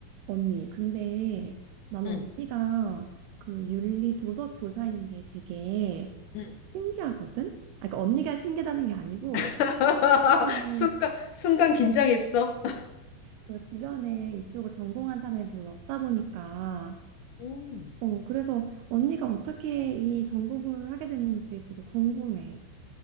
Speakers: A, on the right (about 85°); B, on the left (about 60°).
A: 언니, 근데 나는
B: 응,
A: 언니가 그 윤리 도덕 교사인 게 되게
B: 응.
A: 신기하거든? 아, 그러니까 언니가 신기하다는 게 아니고
B: <laughs>
A: 주변에
B: 순간, 순간 긴장했어.
A: 그 주변에 이쪽을 전공한 사람이 별로 없다 보니까
B: 음.
A: 어 그래서 언니가 어떻게 이 전공을 하게 됐는지 되게 궁금해.